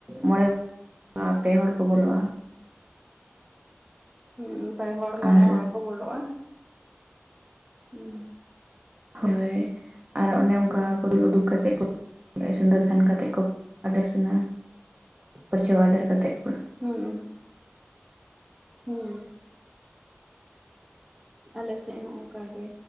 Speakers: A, on the right (about 30°); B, on the right (about 15°).
A: ᱢᱚᱬᱮᱸ <unintelligible> ᱯᱮ ᱦᱚᱲ ᱠᱚ ᱵᱚᱞᱚᱜᱼᱟ᱾
B: ᱦᱩᱸ ᱯᱮ ᱦᱚᱲ ᱢᱚᱬᱮᱸ
A: ᱟᱨ
B: ᱦᱚᱲ ᱠᱚ ᱵᱚᱞᱚᱜᱼᱟ? ᱦᱩᱸ
A: ᱦᱳᱭ, ᱟᱨ ᱚᱱᱮ ᱚᱝᱠᱟ ᱠᱚ ᱫᱩᱞ ᱩᱰᱩᱠ ᱠᱟᱛᱮᱜ ᱠᱚ ᱥᱩᱱᱫᱚᱨ ᱫᱷᱟᱱ ᱠᱟᱛᱮᱜ ᱠᱚ ᱟᱫᱮᱨ ᱠᱤᱱᱟ᱾ ᱯᱟᱹᱨᱪᱷᱟᱹᱣ ᱟᱫᱮᱨ ᱠᱟᱛᱮᱫ ᱠᱚ
B: ᱦᱩᱸ᱾ ᱦᱩᱸ᱾ ᱟᱞᱮ ᱥᱮᱜ ᱦᱚᱸ ᱚᱝᱠᱟᱜᱮ᱾